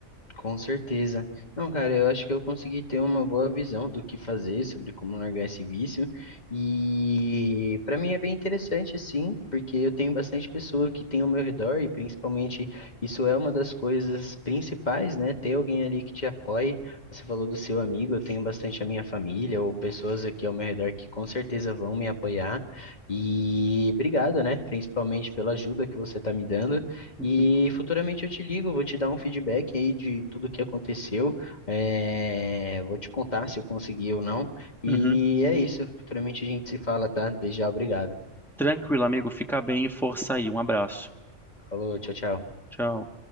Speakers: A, on the left (about 35°); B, in the centre.
A: Com certeza. Não, cara, eu acho que eu consegui ter uma boa visão do que fazer sobre como largar esse vício. E para mim é bem interessante, sim, porque eu tenho bastante pessoa que tem ao meu redor e principalmente isso é uma das coisas principais, né? Ter alguém ali que te apoie. Você falou do seu amigo, eu tenho bastante a minha família ou pessoas aqui ao meu redor que com certeza vão me apoiar. E obrigado, né? Principalmente pela ajuda que você está me dando.
B: Uhum.
A: E futuramente eu te ligo, vou te dar um feedback aí de tudo que aconteceu, eh, vou te contar se eu consegui ou não. E
B: Uhum.
A: é isso, futuramente a gente se fala, tá? Desde já, obrigado.
B: Tranquilo, amigo. Fica bem e força aí. Um abraço.
A: Falou, tchau, tchau.
B: Tchau.